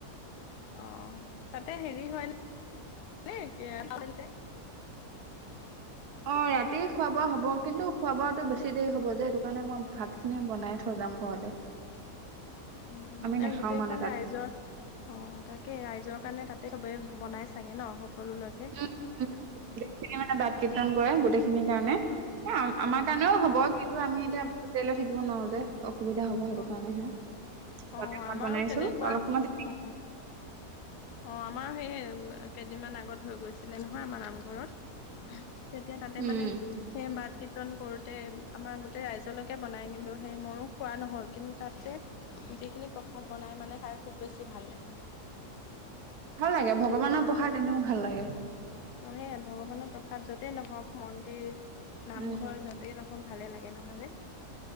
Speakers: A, on the left; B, on the right.
A: অ' তাতে হেৰি হয় ন।
B: অ' ৰাতিয় খোৱা - বোৱা হ'ব কিন্তু খোৱা- বোৱাটো বেছি দেৰি হ'ব যে এইটো কাৰণে মই ভাত খিনি বনাই থৈ যাম ঘৰতে।
A: উম উম,
B: আমি নাখাও
A: এ গোটেইখন
B: মানে তাত
A: ৰাইজৰ অ তাকে ৰাইজ ৰাইজৰ কাৰণে তাতে সবে বনাই চাগে ন? সকলোলৈকে
B: উম মানে বাট
A: অ
B: কীৰ্তন কৰে গোটেইখিনি কাৰণে
A: অ
B: আমাৰ
A: উম
B: কাৰণেও হ'ব <inaudible> আমি এতিয়া থাকিব নোৱাৰো যে। <inaudible> অসুবিধা হ'ব সেইটো
A: অ
B: কাৰণেহে ব
A: অ
B: পাত
A: আমাৰো
B: বনাইছো
A: তেনেকুৱা
B: অলপমান
A: অ অ আমাৰ সেই কেইদিনমান আগত হৈ গৈছিলে নহয় আমাৰ নামঘৰত- তেতিয়া তাতে
B: উম
A: মানে সেই বাট কীৰ্তন কৰ আমাৰ গোটেই ৰাইজলৈকে বনাই কিন্তু সেই ময়ো খোৱা নহল কিন্তু তাতে যিখিনি প্ৰসাদ বনাই মানে খাই খুব বেছি ভাল লাগে,
B: ভাল লাগে ভগৱানৰ
A: সেই
B: পসাদ এনেও ভাল লাগে।
A: নে ভগৱানৰ প্ৰসাদ যতেই নহওক মন্দিৰ, নামঘৰ
B: উম
A: যাতেই নহয়, ভালে লাগে নহয় ন!